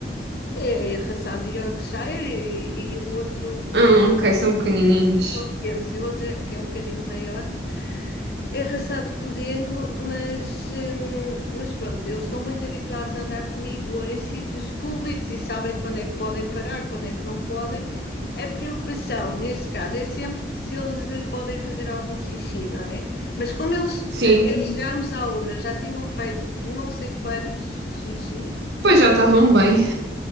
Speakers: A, on the left; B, on the right.
A: é arraçado de Yorkshire e, e o outro
B: Ah, ok, são pequenininhos.
A: são pequenos, e o outro é, que é um bocadinho maior, É raçado podengo, mas, hum, mas pronto, eles estão muito habituados a andar comigo em sítios públicos e sabem quando é que podem parar, quando é que não podem. A preocupação, nesse caso, é sempre que se eles podem fazer algum xixi, não é? Mas como eles,
B: Sim.
A: até Sim. chegarmos à urna, já tinham feito não sei quantos xixi,
B: Pois já estavam bem.